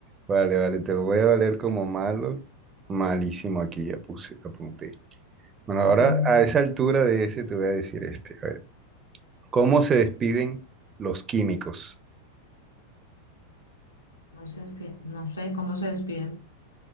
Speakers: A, on the right; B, on the left.
A: Vale, vale, te lo voy a valer como malo. Malísimo aquí, ya puse, apunté. Bueno, ahora
B: Uh,
A: a esa altura de ese te voy a decir este. A ver, ¿cómo se despiden los químicos?
B: no se despide, no sé cómo se despiden.